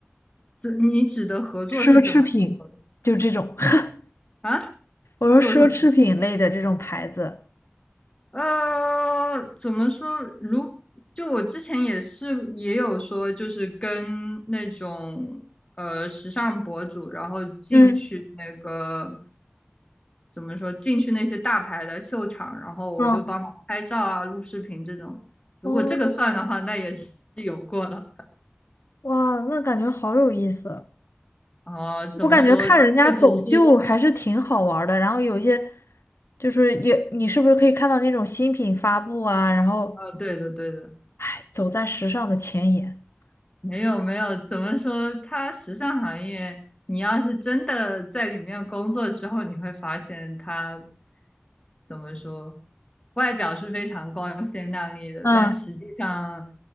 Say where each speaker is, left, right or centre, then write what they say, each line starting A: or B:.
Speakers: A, on the left; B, on the left.
A: 这你指的合作是怎么合作
B: 奢侈品，就这种，<laughs>
A: 啊？
B: 我说奢侈品类的这种牌子。
A: 做什么？呃，怎么说？如就我之前也是也有说，就是跟那种呃时尚博主，然后进去那个
B: 嗯，
A: 怎么说，进去那些大牌的秀场，然后我就帮忙拍照啊、
B: 哦，
A: 录视频这种。如果这个算的话，
B: 哦，
A: 那也是有过了。
B: 哇，那感觉好有意思！
A: 啊、怎么说？
B: 我感觉看人家走秀还是挺好玩儿的，
A: 这只是
B: 然后有些就是也，你是不是可以看到那种新品发布啊，然后
A: 呃，对的，对的。
B: <smacks lips> 哎走在时尚的前沿？
A: 没有没有，怎么说？它时尚行业，你要是真的在里面工作之后，你会发现它怎么说，外表是非常光鲜亮丽的，
B: 嗯，
A: 但实际上